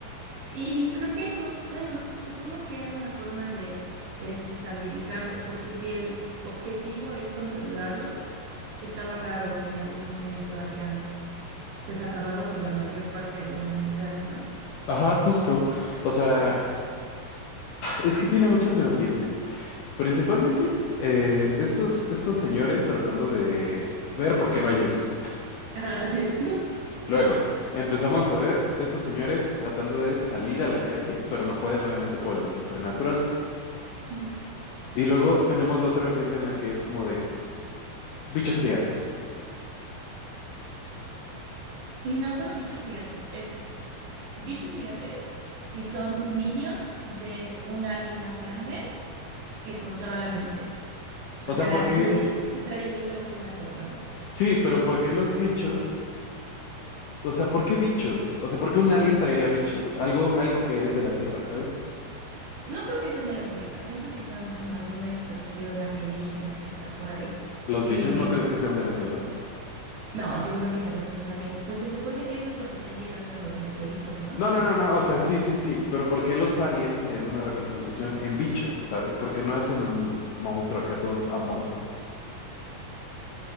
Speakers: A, on the right; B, on the left.
A: Y creo que no, bueno, supongo que era una forma de desestabilizarlos, porque si el objetivo es controlarlos, estaba raro que en algún momento hayan pues acabado con la mayor parte de la humanidad, ¿no?
B: Ajá, justo. O sea, es que tiene muchas vertientes. Principalmente eh, estos, estos señores tratando de ver por qué no hay luz.
A: Ajá, sí. <laughs>
B: <laughs> Luego empezamos a ver estos señores tratando de salir a la calle, pero no pueden obviamente por el desastre natural.
A: Ujú.
B: Y luego tenemos la otra vertiente en la que es como de bichos gigantes.
A: Y no solo bichos gigantes, bichos gigantes que son minions de un alien más grande que controla mentes. O
B: O
A: sea,
B: sea, ¿por qué?
A: sí, sí trae el hilo muy largo, ¿no?
B: Sí, pero ¿por qué los bichos? O sea, ¿por qué bichos? O sea, ¿por qué un alien traería bichos? Algo, algo que es de la Tierra, ¿sabes?
A: No creo que sean de la Tierra, siento que son como alguna expresión alienígena que está por ahí.
B: ¿Los
A: Eh,
B: bichos no crees que sean de la Tierra?
A: no, yo creo que también son aliens. Pues se supone que eso es lo que está llegando en los meteoritos, ¿no?
B: No, no, no, no, o sea, sí, sí, sí, pero ¿por qué los aliens harían una representación en bichos, ¿sabes? ¿Por qué no hacen un monstruo acá todo amorfo?